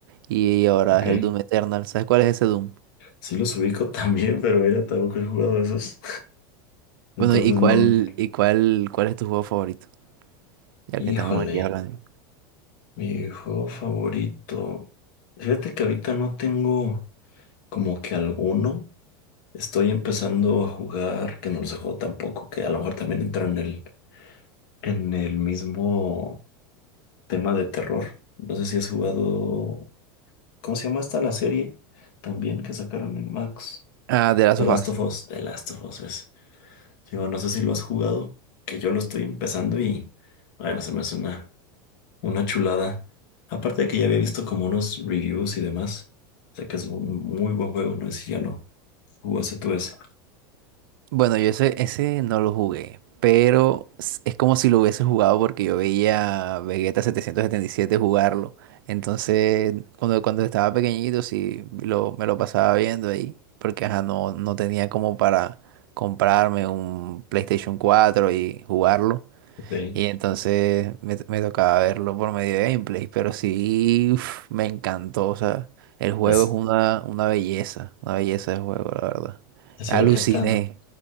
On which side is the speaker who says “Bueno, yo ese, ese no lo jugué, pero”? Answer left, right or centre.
Right